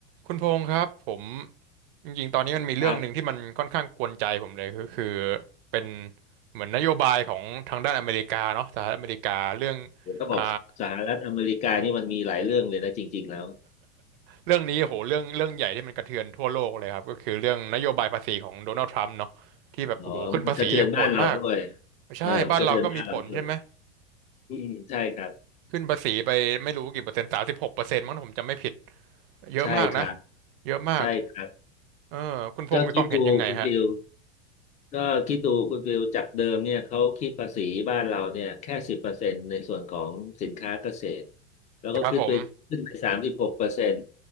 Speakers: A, on the right (about 55°); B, on the left (about 25°).
A: คุณพงษ์ครับผมจริงๆตอนนี้มันมีเรื่องหนึ่งที่มันค่อนข้างกวนใจผมเลยก็คือ
B: ครับ
A: เป็นเหมือนนโยบายของทางด้านอเมริกาเนาะสหรัฐอเมริกาเรื่อง
B: ผมก็บอกสหรัฐอเมริกานี่มันมีหลายเรื่องเลยนะจริงๆแล้ว
A: อ่าเรื่องนี้โหเรื่องเรื่องใหญ่ที่มันกระเทือนทั่วโลกเลยครับก็คือเรื่องนโยบายภาษีของโดนัลด์ทรัมป์เนาะที่แบบโอ้โหขึ้นภาษีโหดมาก
B: อ๋อมันกระเทือนบ้านเราด้วย
A: ใช่บ้านเราก็มีผลใช่ไหม
B: เออมันกระเทือนบ้านเราด้วยอืมใช่ครับ
A: ขึ้นภาษีไปไม่รู้กี่เปอร์เซ็นต์สามสิบหกเปอร์เซ็นต์มั้งถ้าผมจำไม่ผิดเยอะมากนะ
B: ใช่ครับ
A: เยอะมาก
B: ใช่ครับ
A: เออคุณพงษ์มีความเห็นยังไงฮะ
B: ก็คิดดูคุณฟิลก็คิดดูคุณฟิลจากเดิมเนี่ยเขาคิดภาษีบ้านเราเนี่ยแค่สิบเปอร์เซ็นต์ในส่วนของสินค้าเกษตรแล้วก็ขึ้นไปขึ้นไปสามสิบหกเปอร์เซ็นต์
A: ครับผม